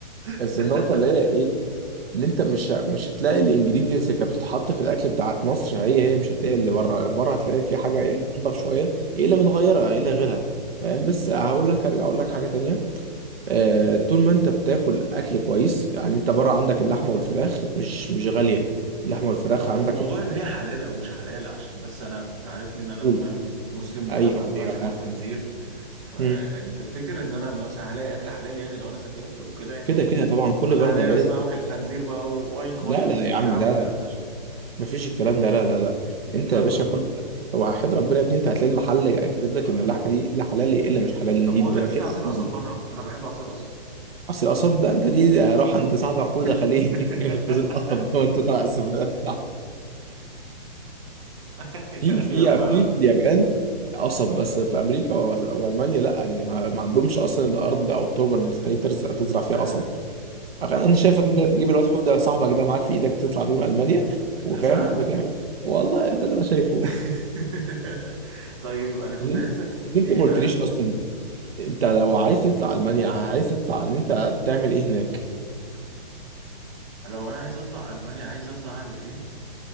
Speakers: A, on the right (about 30°); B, on the right (about 70°).
A: <laughs>
B: بس النقطة اللي هي ايه ان انت مش ه- مش هتلاقي الانجريدينتس اللي كانت بتتحط في الاكل بتاعت مصر هي هي مش هتلاقي اللي بره بره هتلاقي في حاجة ايه اللي انضف شوية ايه اللي متغيرة ايه اللي غيرها فاهم بس هقول لك ارجع اقول لك حاجة تانية آه، طول ما انت بتاكل اكل كويس يعني انت بره عندك اللحمه والفراخ مش مش غاليه اللحمه والفراخ
A: طب
B: عندك
A: في موضوع
B: الكيلو
A: إن هي حلال أو مش حلال عشان بس أنا أنت عارفني إن أنا
B: بقول.
A: فاهم مسلم وكده
B: ايوه
A: فما ينفعش
B: ايوه
A: آكل
B: عارف
A: خنزير فيعني
B: مم.
A: تفتكر إن أنا مثلا هلاقي أكل حلال يعني لو أنا سافرت وكده يعني
B: كده كده طبعا كل
A: ولا
B: بلده
A: هلاقي
B: لازم
A: نفسي بقى واكل خنزير بقى واوينك
B: لا
A: اوينك
B: لا
A: وبتاع
B: يا عم لا
A: والكلام
B: لا مفيش
A: ده
B: مفيش الكلام ده لا لا لا انت
A: بجد
B: يا باشا
A: والله
B: كل وحياة ربنا يا ابني انت هتلاقي المحل كاتب لك
A: اه
B: ان اللحمه دي لا حلال الا مش حلال
A: طب
B: دي
A: بقول
B: بتبقى
A: لك إيه،
B: فيها
A: في عصير
B: قصب
A: قصب
B: دي
A: بره انا بحب عصير قصب
B: اصل القصب لا انت دي روح عند صاحبك
A: <laughs>
B: خد خليه يديك <laughs> جوز القصب وانت طالع السفارة
A: ايوه
B: في في
A: أيوة،
B: في اليابان قصب بس في امريكا و- والمانيا لا ان ما ما عندهمش اصلا الارض او التربه اللي تخليك ترز- تزرع فيها
A: فاهم.
B: قصب
A: آه.
B: أخ- انا شايفك انت تجيب الواد حوده صاحبك ده معاك في ايدك تطلع بيهم المانيا
A: <laughs>
B: وفاهم
A: صح
B: وتعمل <laughs> والله ده اللي انا شايفه
A: <laughs>
B: <laughs>
A: طيب انا كنت
B: ليه-
A: عايزك تديني
B: ليه انت ما
A: بقى
B: قلتليش اصلا انت لو عايز تطلع المانيا عايز تطلع ان انت تعمل ايه هناك
A: لو انا عايز اطلع المانيا عايز اطلع اعمل ايه